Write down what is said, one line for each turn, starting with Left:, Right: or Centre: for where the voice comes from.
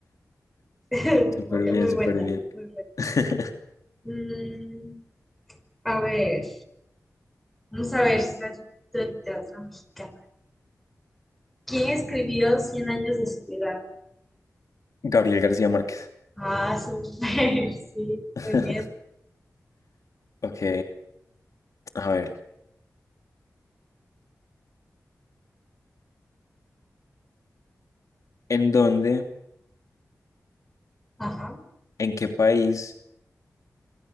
Centre: <laughs>
Left: Súper
Centre: Muy,
Left: bien,
Centre: muy
Left: súper
Centre: buena,
Left: bien.
Centre: muy buena.
Left: <laughs>
Centre: Mm, a ver, vamos a ver si es del teatro mexicano. ¿Quién escribió Cien años de soledad?
Left: Gabriel García Márquez.
Centre: Ah, súper, <laughs> sí,
Left: <laughs>
Centre: muy bien.
Left: Ok, a ver, ¿en dónde,
Centre: Ajá,
Left: en qué país,